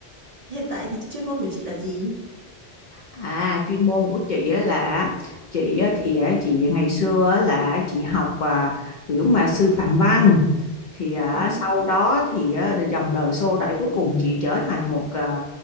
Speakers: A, on the right; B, on the left.
A: hiện tại thì chuyên môn của chị là gì
B: À, chuyên môn của chị á là chị
A: ừ
B: á thì
A: hứ,
B: á, chị ngày xưa á là chị học à, kiểu mà sư phạm văn thì à,
A: ừ hứ,
B: sau đó thì à, dòng đời xô đẩy cuối cùng chị trở thành một à,